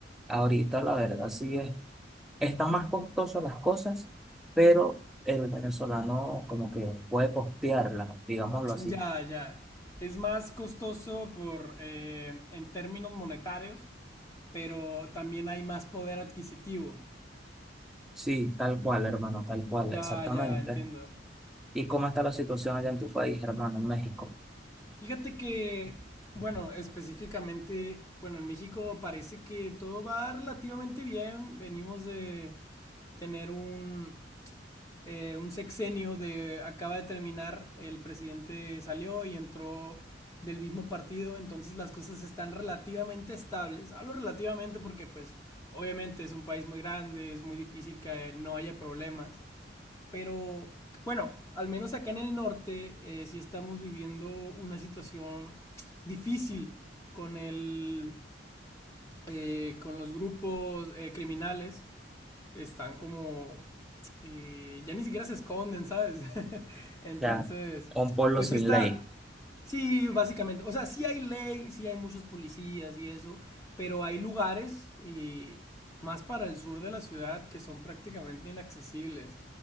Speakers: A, in the centre; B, on the left.
A: Ahorita la verdad sí es, están más costosas las cosas, pero el venezolano como que puede costearlas, digámoslo así.
B: Ya, ya. Es más costoso por, eh, en términos monetarios, pero también hay más poder adquisitivo.
A: Sí, tal cual, hermano, tal cual,
B: Ya,
A: exactamente.
B: ya, entiendo.
A: ¿Y cómo está la situación allá en tu país, hermano, en México?
B: Fíjate que, bueno, específicamente, bueno, en México parece que todo va relativamente bien. Venimos de tener un, eh, un sexenio de, acaba de terminar, el presidente salió y entró del mismo partido, entonces las cosas están relativamente estables. Hablo relativamente porque pues obviamente es un país muy grande, es muy difícil que no haya problemas. Pero bueno, al menos acá en el norte eh, sí estamos viviendo una situación difícil con, el, eh, con los grupos eh, criminales están como... eh, ya ni siquiera se esconden, ¿sabes? <laughs> Entonces,
A: Ya, un pueblo
B: pues
A: sin
B: sí está...
A: ley.
B: Sí, básicamente. O sea, sí hay ley, sí hay muchos policías y eso, pero hay lugares eh, más para el sur de la ciudad que son prácticamente inaccesibles.